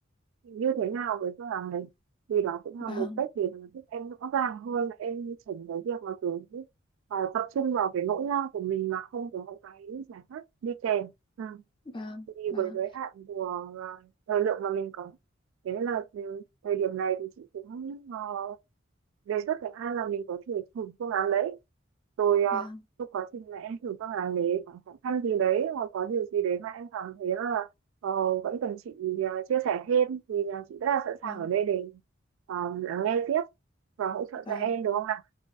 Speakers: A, on the right (about 80°); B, on the left (about 25°).
A: thì như thế nào với phương án đấy thì đó cũng
B: vâng
A: là một cách để mà giúp em rõ ràng hơn là em chỉnh cái việc mà kiểu ờ, tập trung vào cái nỗi lo của mình mà không có cái giải pháp đi kèm. Ừ.
B: vâng
A: Thì
B: vâng
A: với giới hạn của ờ, thời lượng mà mình có thế nên là từ thời điểm này thì chị cũng ờ, đề xuất với An là mình có thể thử phương án đấy rồi ờ,
B: vâng
A: trong quá trình mà em thử phương án đấy có khó khăn gì đấy hoặc có điều gì đấy mà em cảm thấy là ờ, vẫn cần chị ờ, chia sẻ thêm thì ờ, chị rất là sẵn sàng
B: vâng
A: ở đây để ờ, lắng nghe tiếp và hỗ trợ
B: vâng
A: cho em được không nào